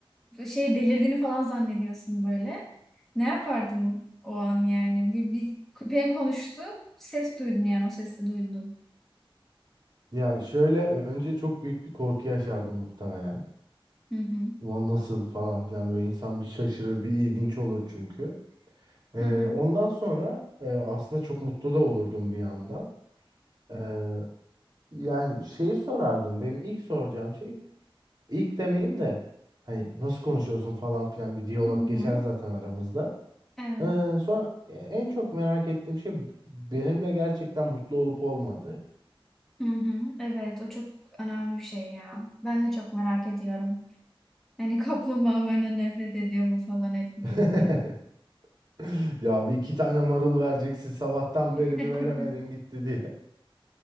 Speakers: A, in the centre; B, on the right (about 45°).
A: Şey delirdiğini falan zannediyorsun böyle. Ne yapardın o an yani? Bir, bir köpeğin konuştu, ses duydun yani o sesi duydun.
B: Ya şöyle önce çok büyük bir korku yaşardım muhtemelen.
A: Hı hı.
B: Ulan nasıl falan filan böyle insan bir şaşırır, bir ilginç olur çünkü. Ee,
A: Hı hı.
B: ondan sonra e, aslında çok mutlu da olurdum bir yandan. Ee, yani şeyi sorardım. Benim ilk soracağım şey ilk demeyeyim de hani nasıl konuşuyorsun falan filan bir diyalog
A: Hı hı.
B: geçer zaten aramızda.
A: Evet.
B: Ee, sonra e, en çok merak ettiğim şey benimle gerçekten mutlu olup olmadığı.
A: Hı hı, evet o çok önemli bir şey ya. Ben de çok merak ediyorum. Hani <laughs> kaplumbağam benden nefret ediyor mu falan etmiyor
B: <laughs>
A: mu diye.
B: Ya bir iki tane marul vereceksin sabahtan beri
A: <laughs>
B: bir veremedin gitti diye.